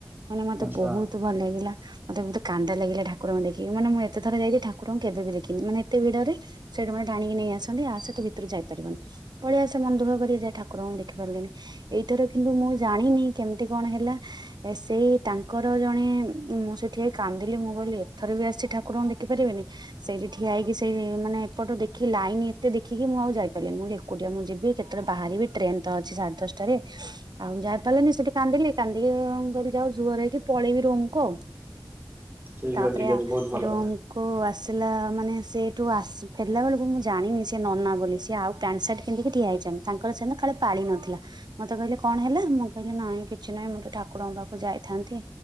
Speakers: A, on the right (about 65°); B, on the right (about 25°).
A: ମାନେ ମତେ
B: ଆଚ୍ଛା
A: ବହୁତ ଭଲ ଲାଗିଲା ମତେ ବହୁତ କାନ୍ଦ ଲାଗିଲା ଠାକୁରଙ୍କୁ ଦେଖି ଏ ମାନେ ମୁଁ ଏତେଥର ଯାଇକି ଠାକୁରଙ୍କୁ କେବେ ବି ଦେଖିନି ମାନେ ଏତେ ଭିଡରେ ସେଇଠୁ ମତେ ଟାଣିକି ନେଇ ଆସନ୍ତି ଆସ ତୁ ଭିତରୁ ଯାଇପାରିବନି। ପଳେଇ ଆସେ ମନ ଦୁଃଖ କରି ଯାଇ କରି ଠାକୁରଙ୍କୁ ଦେଖିପାରିଲିନି। ଏଇଥର କିନ୍ତୁ ମୁଁ ଜାଣିନି କେମିତି କଣ ହେଲା ସେ ତାଙ୍କ ତାଙ୍କର ଜଣେ ଉଁ ମୁଁ ସେଠି ହେଇ କାନ୍ଦିଲି ମୁଁ କହିଲି ଏଥର ବି ଆସଚି ଠାକୁରଙ୍କୁ ଦେଖିପାରିବିନି। ସେଇଠି ଠିଆ ହେଇକି ସେଇ ମାନେ ଏପଟୁ ଦେଖି ଲାଇନି ଏତେ ଦେଖିକି ମୁଁ ଆଉ ଯାଇପାଇଲିନି ମୁଁ ଅଲି ଏ ଏକୁଟିଆ ମୁଁ ଯିବି କେତେବେଳେ ବାହାରିବି ଟ୍ରେନ ତ ଅଛି ସାଢେ ଦଶଟାରେ ଆଉ ମୁଁ ଯାଇପାରଲିନି ସେଠି କାନ୍ଦିଲି କାନ୍ଦିକି ଆ ମୁଁ କହିଲି ଯାହୋଉ ଜୁହାର ହେଇକି ପଳେଇମି ରୁମକୁ ଆଉ।
B: ଠିକ
A: ତାପରେ
B: ଅଛି ଠିକ
A: ଆ
B: ଅଛି ବହୁତ ଭଲ
A: ସେ ରୁମ୍
B: କଥା
A: କୁ ଆସିଲା ମାନେ ସେଇଠୁ ଆସ ଫେରଲା ବେଳୁକୁ ମୁଁ ଜାଣିନି ସିଏ ନନା ବୋଲି ସିଏ ଆଉ ପ୍ୟାଣ୍ଟ ସାର୍ଟ ପିନ୍ଧିକି ଠିଆ ହେଇଚନ୍ତି ତାଙ୍କର ସେଦିନ କାଳେ ପାଳି ନଥିଲା। ମତେ କହିଲେ କଣ ହେଲା ମୁଁ କହିଲି ନାଇଁ କିଛି ନାଇଁ ମୁଁ ଟିକେ ଠାକୁରଙ୍କ ପାଖକୁ ଯାଇଥାନ୍ତି।